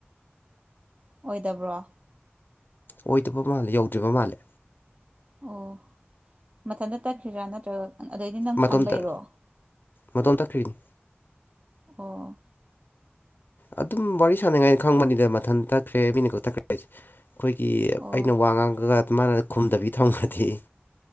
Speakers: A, on the right (about 35°); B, on the left (about 50°).
A: ꯑꯣꯏꯗꯕ꯭ꯔꯣ
B: ꯑꯣꯏꯗꯕ ꯃꯥꯜꯂꯦ ꯌꯧꯗ꯭ꯔꯤꯕ ꯃꯥꯜꯂꯦ
A: ꯑꯣ ꯃꯊꯟꯇ ꯇꯛꯈꯗ꯭ꯔꯥ ꯅꯠꯇ꯭ꯔꯒ ꯑꯗꯩꯗꯤ ꯅꯪ
B: ꯃꯇꯣꯝꯇ
A: ꯊꯝꯕꯩꯔꯣ
B: ꯃꯇꯣꯝ ꯇꯛꯈ꯭ꯔꯤꯅꯤ
A: ꯑꯣ
B: ꯑꯗꯨꯝ ꯋꯥꯔꯤ ꯁꯥꯟꯅꯉꯥꯏ ꯈꯪꯕꯅꯤꯗ ꯃꯊꯟ ꯇꯛꯈ꯭ꯔꯦ ꯃꯤꯅ ꯀꯊꯛꯈ꯭ꯔꯦ ꯍꯥꯏꯁꯦ ꯑꯩꯈꯣꯏꯒꯤ
A: ꯑꯣ
B: ꯑꯩꯅ ꯋꯥ ꯉꯥꯡꯉꯒ ꯃꯥꯅ ꯈꯨꯝꯗꯕꯤ ꯊꯝꯒꯗꯤ